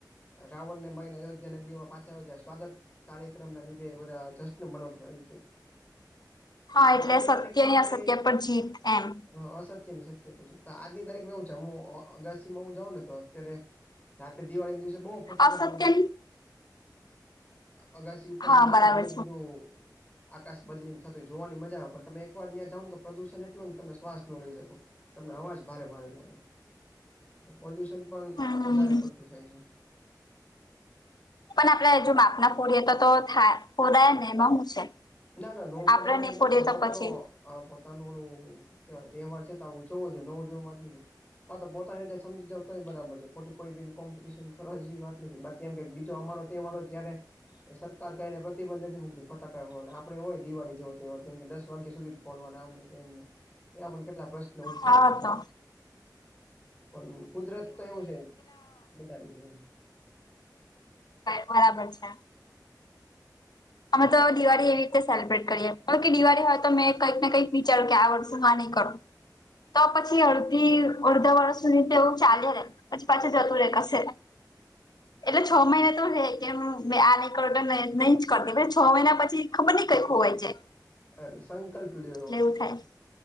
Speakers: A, on the left (about 20°); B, on the left (about 65°).
A: રાવણ ને મારીને અયોધ્યા નગરી માં પાછા આવ જ્યા સ્વાગત, કાર્યક્રમના લીધે બધા જશ્ ન મનવઈતે
B: હા એટલે
A: આજની
B: સત્ય
A: તારીખ માં
B: અને
A: આપણે
B: અસત્ય પર જીત એમ
A: હ અસત્યની સત્ય પછ તો આજની તારીખમાં એવું છે હું અગાશીમાં હું જાઉં ને તો અત્યારે રાતે દિવાળી ના દિવસે બહુ ફટાકડા
B: અસત્ય
A: <unintelligible> ત અગાસી ઉપરમાં
B: હા
A: છે ને
B: બરાબર
A: ઘણું બધું આકાશ બજની થતો હોય જોવાની મજા આવે પણ તમે એકવાર ત્યાં જાવને તો પ્રદુષણ એટલું ને તમે શ્વાસ ન લઈ શકો. તમને અવાજ ભારે ભારે લાગે પોલ્યુશન પણ
B: હમ
A: વધારે પડતું થાય છે.
B: પણ આપડે જો માપના ફોડીએ તો થાય ફોડાય ને એમાં હું છે?
A: ના ના નો ફોડાય
B: આપડે
A: એમ વાત
B: નહી
A: નથી
B: ફોડીએ
A: આ તો પોતા
B: પછી
A: નો આ પોતાનું ઓલુ કેવાય તહેવાર છે તો ઉજવો જોઈએ નવું ઉજવો એ વાત નથી હ તો પોતાની રીતે સમજી જ તોય બરાબર છે. ખોટી કોઈ કોમ્પિટશન કરવા જેવી વાત નથી બાકી એમ કે બીજો અમારો તહેવારો ત્યારે સરકાર કહીને પ્રતિબંધકથી મુ ફટાકડા ફોડવાના આમ. આપણે હોય દિવાળી જેવ કે દસ વાગ્યા સુધી જ ફોડવાના મને તેમને એવા પણ કેટલા પ્રશ્ન? લપને
B: હા
A: <inaudible>
B: તો
A: પણ કુદરત તો એવું છે બધાનું છે એમ
B: બરાબર છે અમે તો દિવાળી એવી રીતે સેલિબ્રેટ કરીએ કે દિવાળી હોય તો મેં કંઈક ને કંઈક વિચાર્યું કે આ વર્ષેમાં નહીં કરો. તો પછી અડધી અડધા વર્ષ સુધી તેું ચાલે રે પછી પાછું જતું રે કશે એટલે છ મહિના તો રે કે આ ન કરટ નહી. કરતી પછ છ મહિના પછી ખબર નઈ કઈ ખોવાઈ જાય.
A: એટલે સંકલ્પ લ્યો
B: એટલે
A: એવો
B: એવું થાય